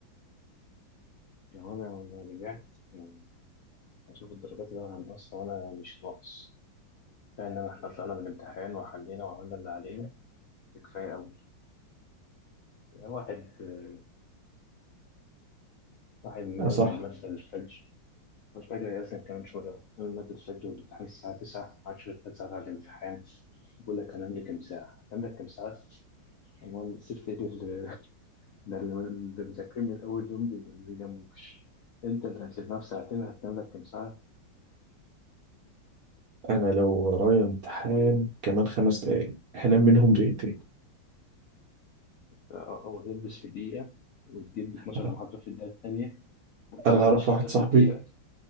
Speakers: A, on the left (about 65°); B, on the right (about 65°).
A: <laughs> لو أنا لو رجعت يعني هشوف الدرجات اللي أنا هنقصها وأنا مش ناقص كفاية إن إحنا طلعنا من الامتحان وحلينا وعملنا اللي علينا ده كفاية أوي يعني واحد آه، واحد ملم
B: اه صح
A: المادة للفجر مش فاكر هيأذن كمان شوية من مادة الفجر والامتحان الساعة 9 10 هتسأل على الامتحان بقول لك هنام لي كام ساعة هتنام لك كام ساعة أمال سبت إيه لل- ده اللي اللي مذاكرين من أول يوم بي- ما بيناموش أنت اللي هتلمها في ساعتين هتنام لك كام ساعة
B: انا لو ورايا امتحان كمان خمس دقايق هنام منهم دقيقتين
A: أو أو هتلبس في دقيقة وتجيب 12
B: آه،
A: محاضرة في الدقيقة التانية وتنظف
B: انا اعرف
A: الشقة
B: واحد صاحبي
A: في دقيقة